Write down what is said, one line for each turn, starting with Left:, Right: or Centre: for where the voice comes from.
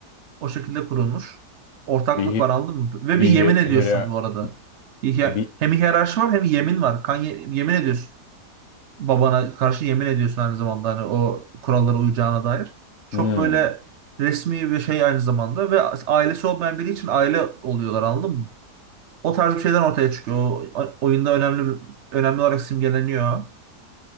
Right: O şekilde kurulmuş. Ortaklık
Left: Bir hi-
Right: var anladın mı? Ve
Left: bir
Right: bir yemin
Left: hi-
Right: ediyorsun
Left: hire
Right: bu arada. Bir hiyer-
Left: bir
Right: Hem hiyerarşi var hem yemin var. Kan ye- yemin ediyorsun. Babana karşı yemin ediyorsun aynı zamanda hani o kurallara uyacağına dair. Çok
Left: hmm.
Right: böyle resmi bir şey aynı zamanda ve ailesi olmayan biri için aile oluyorlar anladın mı? O tarz bir şeyden ortaya çıkıyor. O, oyunda önemli önemli olarak simgeleniyor